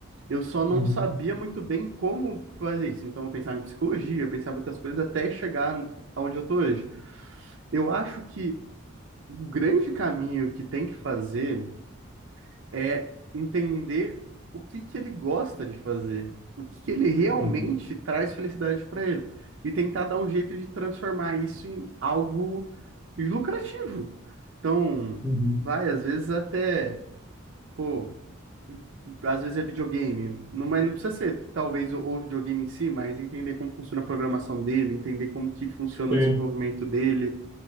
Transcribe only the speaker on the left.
uhum,
uhum,
uhum.
Sim.